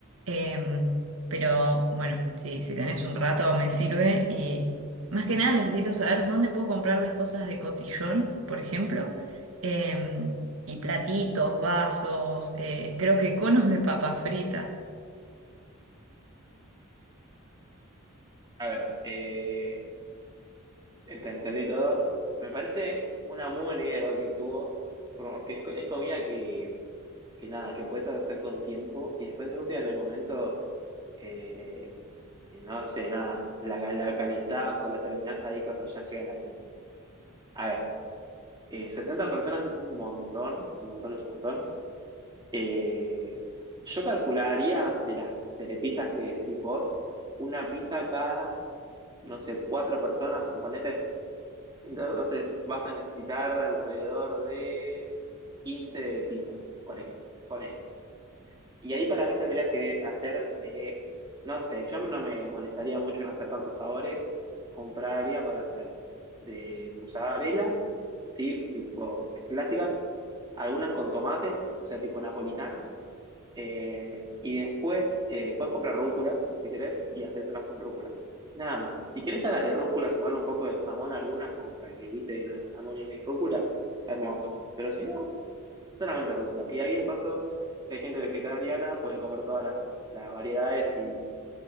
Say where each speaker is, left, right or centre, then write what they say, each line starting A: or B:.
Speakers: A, on the right; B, on the right.
A: Em, pero bueno, si, si tenés un rato me sirve y más que nada necesito saber dónde puedo comprar las cosas de cotillón, por ejemplo, em, y platitos, vasos, eh, creo que conos de papas fritas.
B: A ver, eh, ent- entendí todo. Me parece una muy buena idea igual que tuvo, porque es, co- es comida que, que nada, que puedes hacer con tiempo y después de última en el momento, eh, no sé, nada, la, la calentás o la terminás ahí cuando ya llega la gente. A ver, eh, 60 personas es un montón, un montón es un montón. Eh, yo calcularía de las telepizzas que decís vos, una pizza cada, no sé, cuatro personas, suponete. Entonces vas a necesitar alrededor de 15 pizzas, por ahí, ponele. Y ahí para mí tendrías que hacer de, no sé, yo no me molestaría mucho en hacer tantos sabores, compraría para hacer de mozzarella, ¿sí? Tipo clásicas, algunas con tomates, o sea, tipo napolitana eh, y después eh, puedes comprar rúcula, si querés, y hacerte unas con rúcula. Nada más. Si querés a las de rúcula sumarle un poco de jamón a algunas, como para que evite la de jamón y de rúcula, hermoso. Pero si no, solamente rúcula. Y ahí de paso, si hay gente vegetariana, pueden comer todas las, las variedades y,